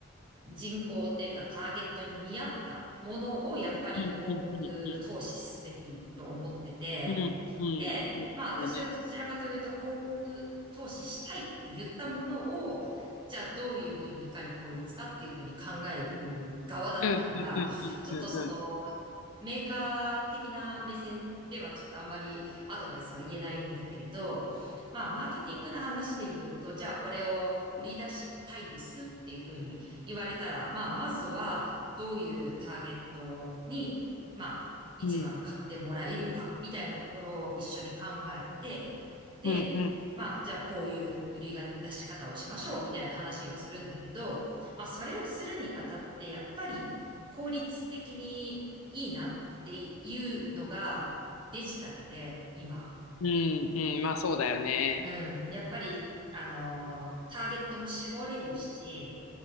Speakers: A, on the right (about 25°); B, on the left (about 75°).
A: 人口っていうかターゲットに見合ったものをやっぱり広告投資すべきと思ってて、
B: うんうんうんうん。うんうん。
A: で、
B: そうそうね。
A: まあ私はどちらかというと広告投資したいって言ったものを、じゃあどういうふうにいかに効率かっていうふうに考える側だったから、
B: うんうんうんうんうんうん。
A: ちょっとそのメーカー的な目線ではちょっとあんまりアドバイスは言えないんだけれど、まあマーケティングの話で言うと、じゃあこれを売り出したいですっていうふうに言われたら、まあまずはどういうターゲットに、まあ一番買ってもらえるか、
B: うん
A: みたいなところを一緒に考えて、で、
B: うんうんうん。うん
A: まあ、じゃあこういう売り出し方をしましょう、みたいな話をするんだけど、まあ、それをするにあたって、やっぱり効率的にいいなっていうのがデジタルで今
B: うんうん。まあそうだよね。
A: うん。やっぱり、あのーターゲットも絞れるし、